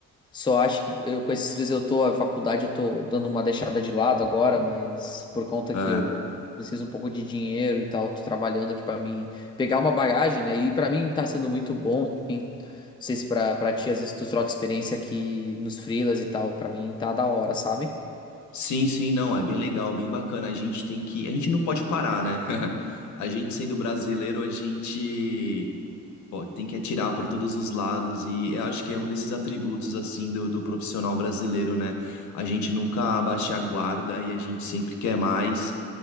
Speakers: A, on the left (about 15°); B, on the left (about 70°).
A: Só acho que eu com esses três eu tô, a faculdade eu tô dando uma deixada de lado agora, mas por conta
B: é.
A: que eu preciso um pouco de dinheiro e tal, tô trabalhando aqui pra mim pegar uma bagagem, né? E pra mim tá sendo muito bom, enfim. Não sei se pra, pra ti às vezes tu troca experiência aqui nos freelas e tal, pra mim tá da hora, sabe?
B: Sim, sim, não, é bem legal, bem bacana. A gente tem que, a gente não pode parar, né? <laughs> A gente sendo brasileiro, a gente pô, tem que atirar para todos os lados e eu acho que é um desses atributos assim do, do profissional brasileiro, né? A gente nunca abaixa a guarda e a gente sempre quer mais.